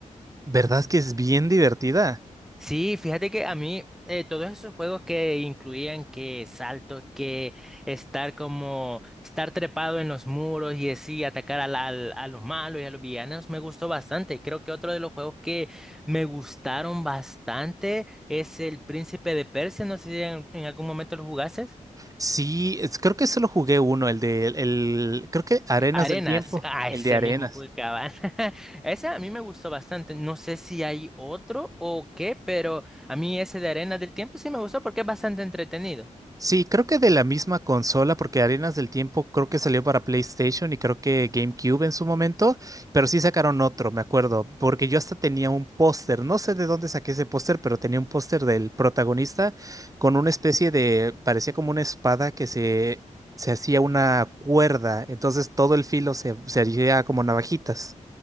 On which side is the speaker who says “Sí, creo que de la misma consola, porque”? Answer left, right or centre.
Right